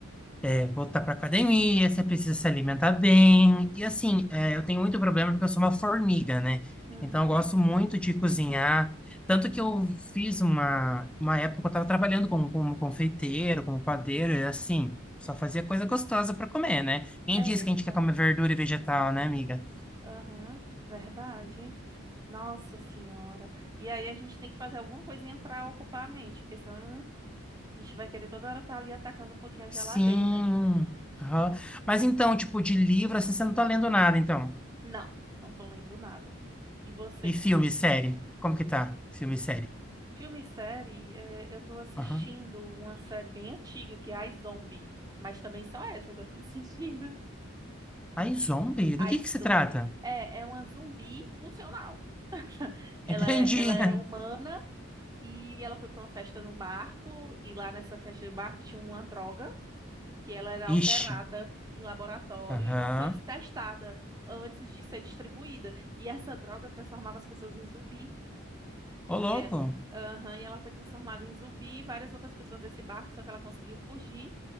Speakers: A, in the centre; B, on the right.
A: é, voltar para academia, você precisa se alimentar bem. E assim, é, eu tenho muito problema porque eu sou uma formiga, né?
B: Uhum.
A: Então
B: Uhum.
A: eu gosto muito de cozinhar. Tanto que eu fiz uma, uma época que eu estava trabalhando como, como confeiteiro, como padeiro, e assim, só fazia coisa gostosa para comer, né? Quem diz
B: Eita,
A: que a gente quer comer verdura e vegetal, né, amiga?
B: aham, Verdade. Nossa senhora. E aí a gente tem que fazer alguma coisinha para ocupar a mente, porque senão a gente vai querer toda hora estar ali atacando um pouquinho a
A: Sim.
B: geladeira.
A: Aham. Mas então, tipo, de livro, assim, você não tá lendo nada, então.
B: Não, não tô lendo nada. E você?
A: E filme, série? Como que tá? Filme e série?
B: Filme e série, eh, eu tô assistindo
A: Aham.
B: uma série bem antiga que é a Zombie, mas também só essa que eu tô <laughs> assistindo.
A: Ai, zombie? Do
B: A
A: que que
B: Zombie.
A: se trata?
B: É, é uma zumbi funcional. Ela,
A: Entendi.
B: é- ela era
A: <laughs>
B: humana e ela foi para uma festa num barco e lá nessa festa do barco tinha uma droga que ela era alterada
A: Ixi.
B: em laboratório
A: Aham.
B: e não foi testada antes de ser distribuída. E essa droga transformava as pessoas em zumbi. E
A: Ô, louco.
B: ela, aham, e ela foi transformada em zumbi, várias outras pessoas desse barco, só que ela conseguiu fugir